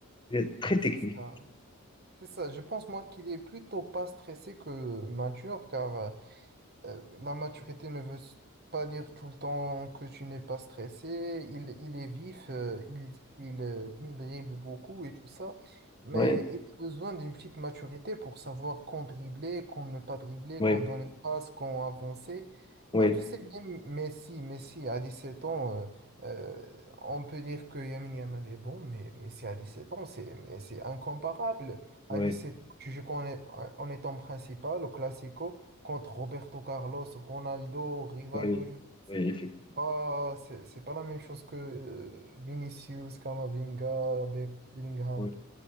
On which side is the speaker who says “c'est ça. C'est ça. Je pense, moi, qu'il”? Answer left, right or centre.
Right